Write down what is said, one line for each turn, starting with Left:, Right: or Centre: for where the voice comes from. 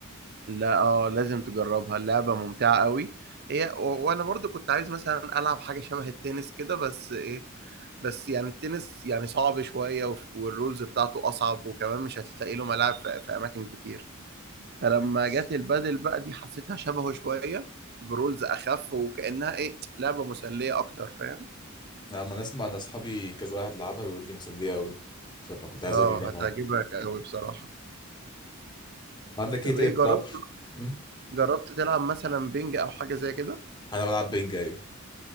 Right: لا اه لازم تجربها اللعبة ممتعة قوي هي و- وانا برضو كنت عايز مثلا العب حاجة شبه التنس كده بس ايه بس يعني التنس يعني صعب شوية وف- والرولز بتاعته أصعب وكمان مش هتلاقي له ملاعب في, في أماكن كتير فلما جت البادل بقى دي حسيتها شبهه شوية برولز أخف وكأنها إيه لعبة مسلية أكتر فاهم؟
Left: لما نسمع ان اصحابي كذا واحد لعبها بيقول لي مسليه قوي فكنت عايز
Right: آه
Left: اجربها
Right: هتعجبك أوي بصراحة
Left: عندك
Right: طب
Left: ايه تاني
Right: إيه
Left: بتلعب
Right: جربت
Left: أمم؟
Right: جربت تلعب مثلا بينج أو حاجة زي كده؟
Left: انا بلعب بينج ايوه